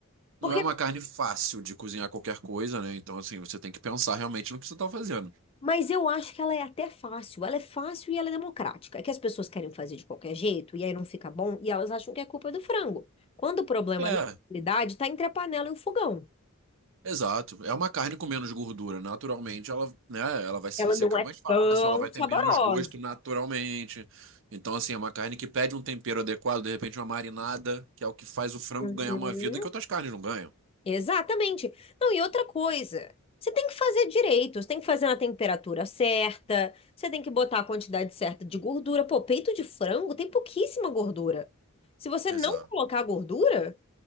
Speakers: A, on the right; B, on the left.
A: Não
B: Porque
A: é uma carne fácil de cozinhar qualquer coisa, né? Então, assim, você tem que pensar realmente no que você tá fazendo.
B: Mas eu acho que ela é até fácil. Ela é fácil e ela é democrática. É que as pessoas querem fazer de qualquer jeito e aí não fica bom e elas acham que é culpa é do frango. Quando o problema,
A: É,
B: na realidade, está entre a panela e o fogão.
A: Exato. É uma carne com menos gordura. Naturalmente, ela, né, ela vai se
B: Ela
A: ressecar
B: não é
A: mais fácil,
B: tão
A: ela vai
B: saborosa.
A: ter menos gosto naturalmente. Então, assim, é uma carne que pede um tempero adequado, de repente uma marinada, que é o que faz o frango
B: Uhum.
A: ganhar uma vida que outras carnes não ganham.
B: Exatamente. Não, e outra coisa, você tem que fazer direito, você tem que fazer na temperatura certa, você tem que botar a quantidade certa de gordura. Pô, peito de frango tem pouquíssima gordura. Se você
A: Exato.
B: não colocar gordura,